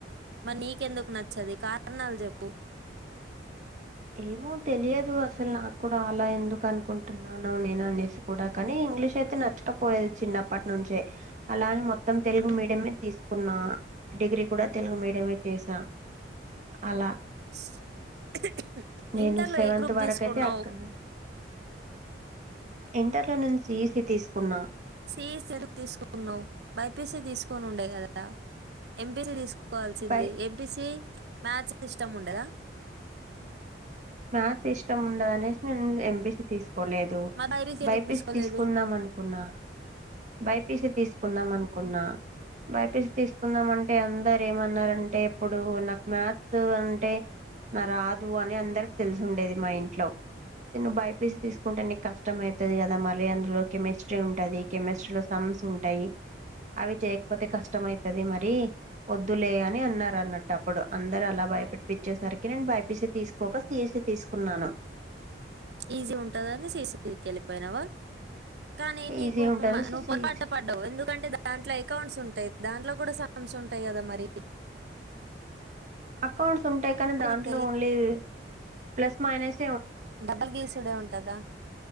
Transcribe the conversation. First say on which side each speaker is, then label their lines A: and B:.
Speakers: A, on the right; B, on the right.
A: మరి నీకెందుకు నచ్చది కారణాలు చెప్పు
B: ఏమో తెలియదు అసలు నాకు కూడా. అలా ఎందుకు అనుకుంటున్నానో నేను అనేసి కూడా, కానీ ఇంగ్లీష్ అయితే నచ్చకపోయేది. చిన్నప్పటినుంచే అలా అని మొత్తం తెలుగు మీడియం ఏ తీసుకున్నాను. డిగ్రీ కూడా తెలుగు మీడియంలోనే చేశా, అలా.
A: <inaudible>
B: నేను
A: ఇంటర్
B: సెవెంత్
A: లో ఏ గ్రూప్
B: వరకు
A: తీసుకున్నావు
B: అయితే అక్కడనుంచ. ఇంటర్‌లో నేను సీఈసీ తీసుకున్నా.
A: సీఈసీ ఎందుకు తీసుకున్నావు? బైపీసీ తీసుకోనుండే కదా? ఎంపీసీ తీసుకో. కోవాల్సింది
B: పై
A: ఎంపీసీ. మ్యాథ్స్ ఇష్టం ఉందా?
B: మ్యాథ్స్ ఇష్టం ఉండదు అనేసి నేను ఎంపీసీ తీసు. కోలేదు,
A: మరి
B: బైపీసీ
A: ఎందుకు తీసుకోలేదు
B: తీసుకుందాం అనుకున్నా. బైపీసీ తీసుకుందాం అన్నా. కున్నా బైపీసీ తీసుకుందాం అంటే, అందరూ ఏమన్నారు అంటే, ఇప్పుడు నాకు మ్యాథ్స్ అంటే నా రాదు అని అందరిక. తెలుసుండేది మా ఇంట్లో, నేను బైపీసీ తీసుకుంటే నీకు కష్టం అయితది కదా? మరి అందులో కెమిస్ట్రీ ఉంటది. కెమిస్ట్రీలో స‌మ్స్ ఉంటాయి. అవి చేయకపోతే కష్ట. కష్టం అయితది మరి. వద్దులే అని అన్నరన్నట్టు అప్పుడు, అందరు అలా భయపెట్టిచ్చేసరికి, నేను బైపీసీ తీసకోక సీ. సీఈసీ తీసుకున్నాను.
A: ఈజీ ఉంటుంది అని, సీఈసీకి వెళ్లిపోయావా? కానీ నీకు
B: ఈజీ ఉంటదనేసి
A: మా నువ్వు
B: సిఎస్సి
A: పొరపాటు పడ్డావు, ఎందుకంటే. <unintelligible> దాంట్లో అకౌంట్స్ ఉంటాయి. దాంట్లో కూడా స‌మ్స్ ఉంటాయి కదా మరి?
B: అకౌంట్స్ ఉంటాయి, కానీ
A: అప్పుడు
B: దాంట్లో
A: నీకు
B: ఓన్లీ. Plus minus.
A: డబుల్ గిస్సుడే ఉంటదా?